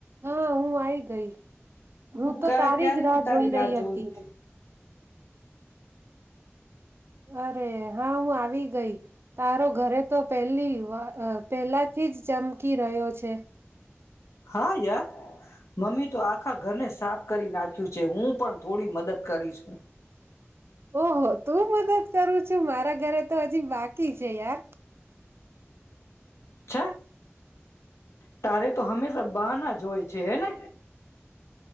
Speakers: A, on the right; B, on the left.
A: હા હું આઈ ગઈ. હું તો
B: કા
A: તારી
B: ક્યારેથી
A: જ રાહ
B: તારી
A: જોઈ રહી
B: જોઉં
A: હતી.
B: છું.
A: અરે હા હું આવી ગઈ. તારો ઘરે તો પહેલી અ અ પહેલા થી જ ચમકી રહ્યો છે.
B: હા યાર મમ્મી તો આ આખા ઘરને સાફ કરી નાખ્યું છે હું પણ થોડી મદદ કરીસ.
A: ઓહ તું મદદ કરું છું મારા ઘરે તો હજી બાક ઠીક છે યાર.
B: છ તારે તો હંમેશા બહના જો હોય છે હેને